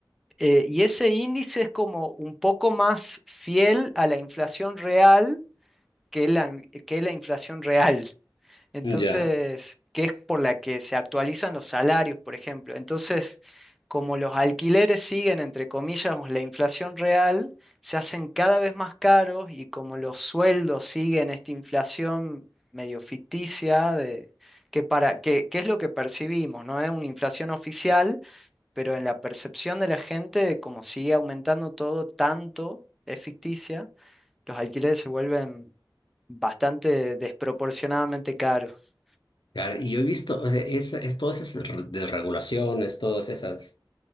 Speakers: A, in the centre; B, on the left (about 75°).
A: eh, y ese índice es como un poco más fiel a la inflación real que la, in- que la inflación real. Entonces,
B: Ya.
A: que es por la que se actualizan los salarios, por ejemplo. Entonces, como los alquileres siguen, entre comillas, la inflación real, se hacen cada vez más caros y como los sueldos siguen esta inflación medio ficticia de, que, para, que, que es lo que percibimos, no es una inflación oficial pero en la percepción de la gente, como sigue aumentando todo tanto, es ficticia, los alquileres se vuelven bastante desproporcionadamente caros.
B: Claro, y yo he visto, o sea, es, es- todas esas re- de regulaciones, todas esas,